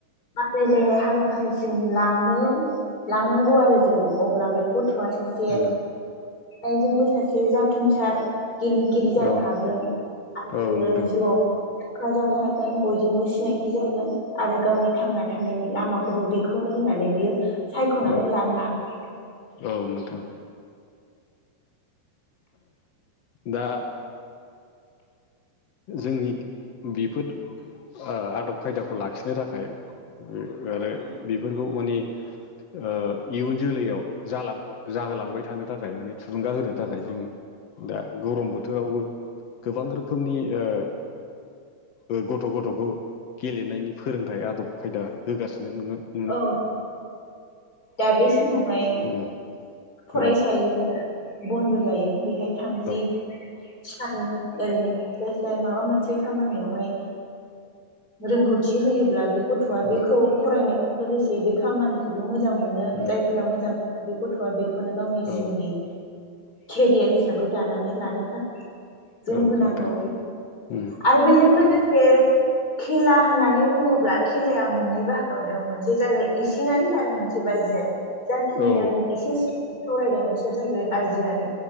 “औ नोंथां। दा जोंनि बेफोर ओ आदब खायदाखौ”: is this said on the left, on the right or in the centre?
Left